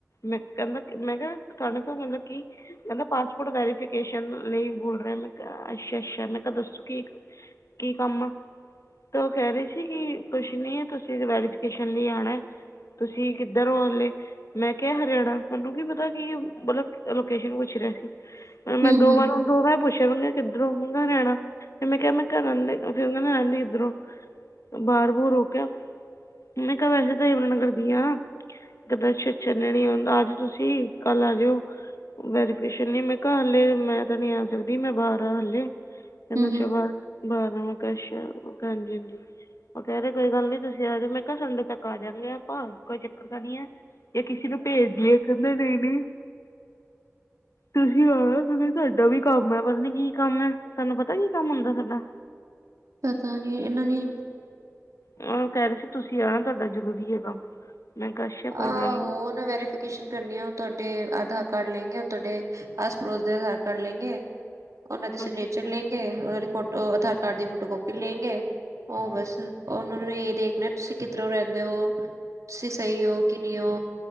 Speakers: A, on the left; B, on the right.
A: ਮੈਂ ਕਹਿੰਦਾ ਮੈਂ ਕਿਹਾ ਤੁਹਾਡੇ ਤੋਂ ਮਤਲਬ ਕੀ ਕਹਿੰਦਾ ਪਾਸਪੋਰਟ ਵੈਰੀਫਿਕੇਸ਼ਨ ਲਈ ਬੋਲ ਰਿਹਾ ਮੈਂ ਕੇਹਾ ਅੱਛਾ-ਅੱਛਾ। ਦੱਸੋ ਕੀ ਕੀ ਕੰਮ ਆ? ਤਾਂ ਉਹ ਕਹਿ ਰਹੇ ਸੀ ਕਿ ਕੁਛ ਨੀ ਤੁਸੀਂ ਵੈਰੀਫਿਕੇਸ਼ਨ ਲਈ ਆਣਾ। ਤੁਸੀਂ ਕਿੱਧਰ ਓ ਐਲੇ? ਮੈਂ ਕਿਹਾ ਹਰਿਆਣਾ ਮਨੂੰ ਕੀ ਪਤਾ ਕੀ ਮਤਲਬ ਲੋਕੇਸ਼ਨ ਪੁੱਛ ਰਿਹਾ ਸੀ ਮੈਂ
B: ਹਮ
A: ਦੋ ਵਾਰ ਓ ਦੋ ਮਾਰ ਪੁੱਛਿਆ ਵਗ ਕਿੱਧਰੋਂ ਵਗਾ ਹਰਿਆਣਾ ਮੈਂ ਕਿਹਾ ਮੈਂ ਘਰ ਫਿਰ ਰਹਿੰਦੀ ਇੱਧਰੋਂ। ਬਾਹਰ-ਬੂਰ ਹੋ ਕਿਆ ਮੈਂ ਕਿਹਾ ਵੈਸੇ ਤਾਂ ਯਮਨਾ ਨਗਰ ਦੀ ਆਂ। ਕਿਦ ਛਛ ਨੀ ਆਂਦਾ ਆਜਓ ਤੁਸੀਂ ਕੱਲ ਆ ਜਾਓ ਵੈਰੀਫਿਕੇ ਨ ਮੈਂ ਹੱਲੇ ਮੈਂ ਤਾਂ ਨੀ ਆ ਸਕਦੀ ਮੈਂ ਬਾਹਰ ਆ ਹੱਲੇ ਕਿੰਹਦਾ
B: ਹਮ
A: ਅੱਛਾ
B: ਹਮ
A: ਬਾਰ ਬਾਰ ਹਾਂ ਮੈਂ ਕੇਹਾ ਅੱਛਾ ਹਾਂਜੀ-ਹਾਂਜੀ। ਉਹ ਕਹਿ ਰੇ ਕੋਈ ਗੱਲ ਨੀ ਤੁਸੀਂ ਆ ਜੋ ਮੈਂ ਕਿਹਾ ਸੰਡੇ ਤੱਕ ਆ ਜਾਂਗੇ ਆਪਾਂ ਕੋਈ ਚੱਕਰ ਤਾਂ ਨੀ ਐ। ਜਾਂ ਕਿਸੇ ਨੂੰ ਭੇਜਦੀਏ ਕਹਿੰਦਾ ਨਈ-ਨਈ ਤੁਸੀਂ ਆਣਾ। ਸਾਡਾ ਵੀ ਕੰਮ ਐ ਪਤਾ ਨੀ ਕੀ ਕੰਮ ਹੈ ਸਾਨੂੰ ਪਤਾ ਕੀ ਕੰਮ ਹੁੰਦਾ ਸਾਡਾ?
B: ਪਤਾ ਨੀ ਏਨਾਂ ਨੇ
A: ਓ ਕਹਿ ਰਹੇ ਸੀ ਤੁਸੀਂ ਆਣਾ ਤੁਹਾਡਾ ਜ਼ਰੂਰੀ ਏ ਕੰਮ। ਮੈਂ ਕਿਹਾ ਅੱਛਾ ਕੋਈ
B: ਆਹੋ
A: ਗੱਲ ਨਹੀਂ
B: ਉਨੇ ਵੈਰੀਫ ਕੇਸ਼ਨ ਕਰਨੀ ਐ ਓ ਤੁਹਾਡੇ ਆਧਾਰ ਕਾਰਡ ਲੈਂਗੇ ਤੁਹਾਡੇ ਆਸ-ਪੜੋਸ ਦੇ ਆਧਾਰ ਕਾਰਡ ਲੇਂਗੇ। ਉਹਨਾਂ ਦੇ ਸਿਗਨੇਚਰ
A: ਅੱਛਾ
B: ਲੇਂਗੇ
A: ਅੱਛਾ
B: ਉਨਾਂ ਦੀ ਫੋਟੋ ਆਧਾਰ ਕਾਰਡ ਦੀ ਫੋਟੋ ਕਪੀ ਲੇਂਗੇ ਉਹ ਬਸ ਉਹਨਾਂ ਨੂੰ ਇਹ ਦੇਖਣਾ, ਤੁਸੀਂ ਕਿੱਧਰੋਂ ਰਹਿੰਦੇ ਹੋ ਤੁਸੀਂ ਸਹੀ ਹੋ? ਕਿਹਦੀ ਓ?